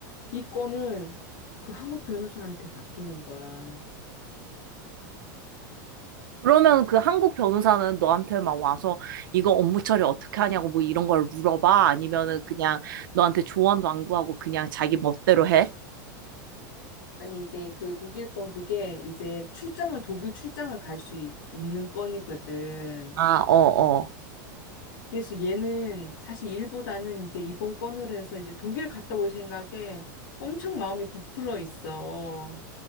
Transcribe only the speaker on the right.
그러면 그 한국 변호사는 너한테 막 와서 이거 업무 처리 어떻게 하냐고 뭐 이런 걸 물어봐? 아니면은 그냥 너한테 조언도 안 구하고 그냥 자기 멋대로 해?
아, 어, 어.